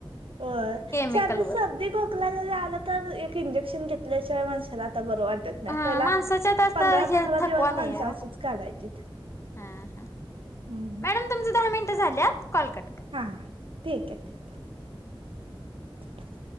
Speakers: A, on the right; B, on the left.
A: हो
B: केमिकल
A: सर्दी
B: वर
A: सर्दी खोकला ज रआला तर एक इंजेक्शन घेत त्याशिवाय माणसाला आता बरं वाटत नाही
B: हा
A: पहिला
B: माणसाच्यात आता
A: पंधरा
B: हे
A: पंधरा
B: थकवालय
A: दिवस माणस
B: ओ
A: अशीच काढायचीत
B: हा हा.
A: हम् ह.
B: मॅडम तुमच दहा मिनटं झाल्यात कट करा.
A: हां ठीक आहे <inaudible>